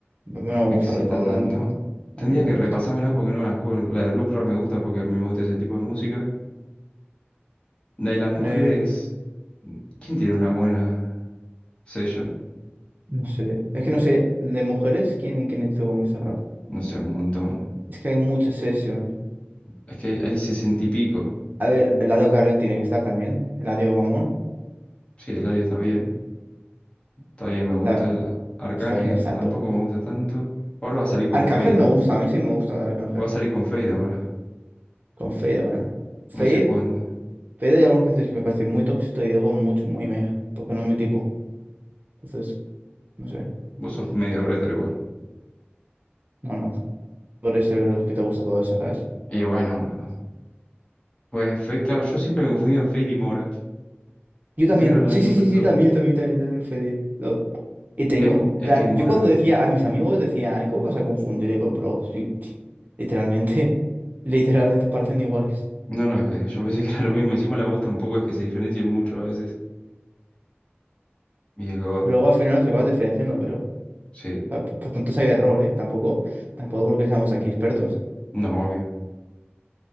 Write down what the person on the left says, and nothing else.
me
excita
tanto.
Tendría
que
repasármela porque no me las acuerdo. La de Lucra me gusta porque a mí me gusta ese tipo de música. La de las mujeres,
¿quién tiene una buena session?
No sé, un montón.
Es que hay, hay sesenta y pico.
Sí, el audio está bien. Está bien, me gusta.
El Arcángel
tampoco
me gusta tanto. Ahora va a salir con
Fade.
Va a salir con Fade ahora.
No sé cuándo.
Vos sos medio retro igual.
Y bueno, boludo. Pues Fade, claro, yo siempre me confundía en Fade y Mora.
Pensé
que era la
misma
persona.
De Mo- es
que Mora.
No, no, es que yo pensé que era lo mismo. Encima la voz tampoco es que se diferencie mucho a veces. Y es God.
Sí.
No, obvio.